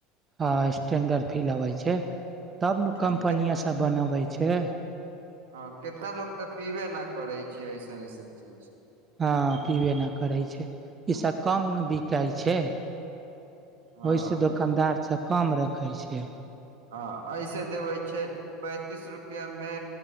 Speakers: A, on the right; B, on the right.
A: ह स्टेंडर्ड फील अबै छै। तब ने
B: हूँ,
A: कंपनिय सब बनाबे छै। के ह।
B: हँ कितना लोको तऽ पीबे न करै छै ऐसन अऐसन चीज।
A: हँ पिबे नहि करै छै इसभ कम बिकाइ छै।
B: हँ
A: ओहिस दोकानदार। से काम रखै छै।
B: ह ऐसे देवै छै पैंतीस रुपआ मे